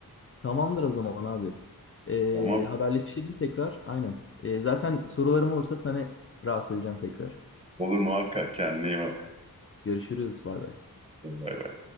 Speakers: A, on the left (about 35°); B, on the right (about 15°).
A: Tamamdır o zaman abi. E,
B: Tamam.
A: haberleşelim tekrar. Aynen. E, zaten sorularım olursa seni rahatsız edeceğim tekrar.
B: Olur muhakkak. Kendine iyi bak.
A: Görüşürüz. Bay bay.
B: Bay bay.